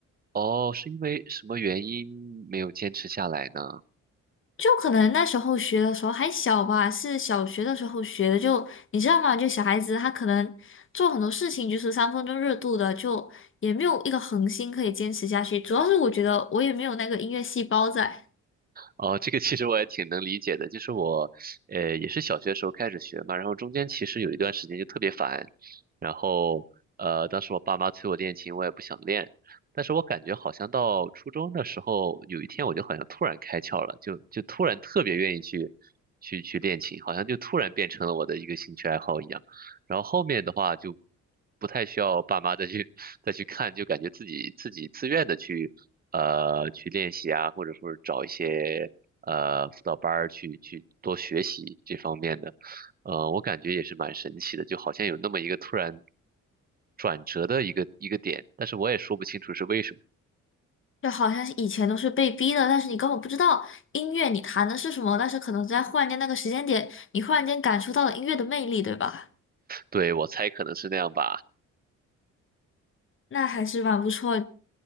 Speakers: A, on the right; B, on the left.
A: 哦，是因为什么原因没有坚持下来呢？
B: 就可能那时候学的时候还小吧，是小学的时候学的。就你知道吗？就小孩子他可能做很多事情就是三分钟热度的，就也没有一个恒心可以坚持下去。主要是我觉得我也没有那个音乐细胞在，
A: 哦，这个其实我也挺能理解的，就是我，呃，也是小学的时候开始学嘛，然后中间其实有一段时间就特别烦，然后，呃，当时我爸妈催我练琴，我也不想练，但是我感觉好像到初中的时候，有一天我就好像突然开窍了，就就突然特别愿意去去去练琴，好像就突然变成了我的一个兴趣爱好一样。然后后面的话就不太需要爸妈再去 <laughs> 再去看，就感觉自己自己自愿的去呃去练习啊，或者说是找一些呃辅导班儿去去多学习这方面的，呃，我感觉也是蛮神奇的，就好像有那么一个突然转折的一个一个点，但是我也说不清楚是为什么，
B: 就好像是以前都是被逼的，但是你根本不知道音乐你弹的是什么，但是可能在忽然间那个时间点，你忽然间感受到了音乐的魅力，对吧？
A: 对，我猜可能是那样吧，
B: 那还是蛮不错，